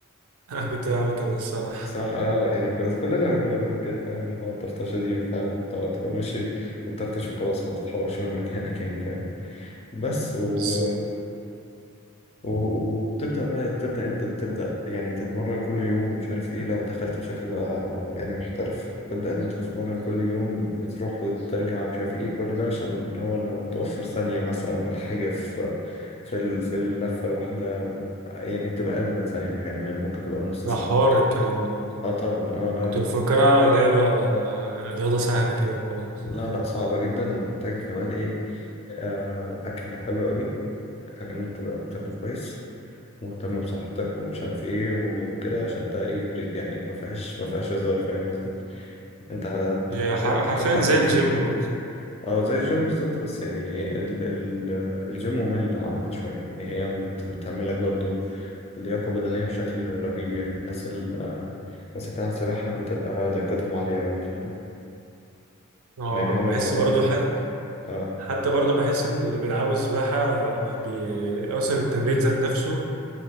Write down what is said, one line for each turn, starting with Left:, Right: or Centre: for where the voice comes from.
Right: <laughs> أنا كنت بعمل كده الصراحة
Left: صح اه يعني كل- كلنا كنا بنعمل كده فاهم اللي هو الطرطشة دي وبتاع وبتاع- وتبقى ماشي وتطرطش وخلاص ما بتتحركش من مكانك يعني فاهم بس و...
Right: بالظبط
Left: و... وبتبدأ بقى تبدأ انت تبدأ يعني تتمرن كل يوم مش عارف ايه لو دخلت بشكل بقى يعني محترف تبدأ ان انت تتمرن كل يوم بتروح وترجع مش عارف ايه كل ده عشان اللي هو لو توفر ثانية مثلا ولا حاجة في في ال... في اللفة الواحدة يعني بتبقى أقل من ثانية كمان ممكن تبقى نص
Right: ده
Left: ثانية
Right: حوار الكلام ده والله
Left: اه طبعا اه لا
Right: كنت
Left: لا
Right: مفكرها
Left: لا
Right: لعبة آه، رياضة سهلة كده وخلاص
Left: لا لا صعبة جدا ومحتاج كمان ايه آه، أكل حلو قوي إن أنت تبقى بتاكل كويس مهتم بصحتك ومش عارف ايه وكده عشان ده ايه ري- يعني ما فيهاش ما فيهاش هزار فاهم قصدي انت هت-
Right: هي
Left: هتروح
Right: حر- حرفيا
Left: هتحرق
Right: زي
Left: كتير
Right: الجيم برضو
Left: اه زي الجيم بالظبط بس يعني ال ال الجيم ممل عنها شوية يعني هي بت بتعمل لك برضو لياقة بدنية بشكل رهيب يعني الناس ال الناس اللي بتعمل سباحة بتبقى لياقتهم عالية أوي فاهم
Right: اه
Left: لأن هما
Right: انا بحس
Left: بيقعدوا
Right: برضو حتى
Left: اه
Right: حتى برضو بحس ان اللي بيلعبوا سباحة بي... اصلا التمرين ذات نفسه